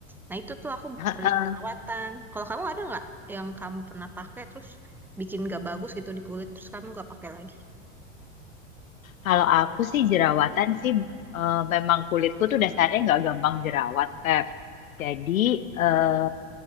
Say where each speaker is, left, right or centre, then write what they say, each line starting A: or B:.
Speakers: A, in the centre; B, on the left.
A: Nah itu tuh aku
B: heeh.
A: pernah jerawatan. Kalau kamu ada nggak yang kamu pernah pakai terus bikin gak bagus gitu di kulit terus kamu gak pakai lagi?
B: Kalau aku sih jerawatan sih eh, memang kulitku tuh dasarnya nggak gampang jerawat, Pep. Jadi eh,